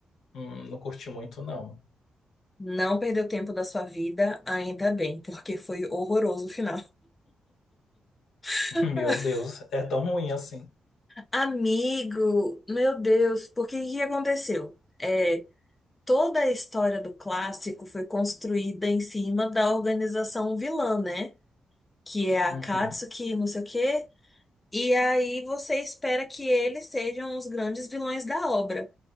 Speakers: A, on the left (about 80°); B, on the left (about 20°).
A: hum, não curti muito, não.
B: Não perdeu tempo da sua vida, ainda bem, porque foi horroroso o final. <laughs>
A: <laughs> Meu Deus, é tão ruim assim.
B: Amigo, meu Deus, porque que que aconteceu? É, toda a história do clássico foi construída em cima da organização vilã, né? Que é a Akatsuki,
A: Uhum.
B: não sei o quê. E aí você espera que eles sejam os grandes vilões da obra.